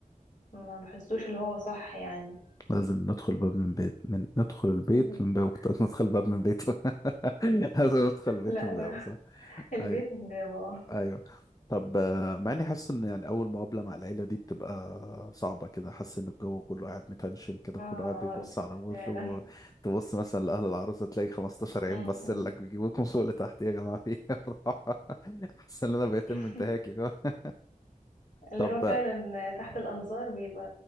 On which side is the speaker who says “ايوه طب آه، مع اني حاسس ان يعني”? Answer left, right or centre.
Left